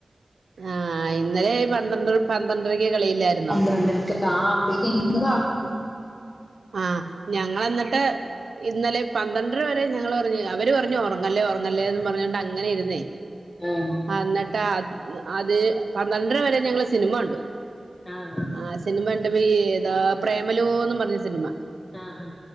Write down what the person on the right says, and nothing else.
ആഹ് ഇന്നലെ പന്ത്രണ്ട് പന്ത്രണ്ടരക്ക് കളില്ലായിരുന്നോ
ആഹ് ഞങ്ങളെന്നിട്ട് ഇന്നലെ പന്ത്രണ്ടര വരെ ഞങ്ങള് പറഞ്ഞു അവര് പറഞ്ഞു ഉറങ്ങല്ലേ ഉറങ്ങല്ലേന്ന് പറഞ്ഞോണ്ട് അങ്ങനെ ഇരുന്നേ
എന്നിട്ട് അത് പന്ത്രണ്ടര വരെ ഞങ്ങള് സിനിമ കണ്ടു
ആ സിനിമ കണ്ടത് ഏതാ പ്രേമലൂ എന്ന് പറഞ്ഞ മ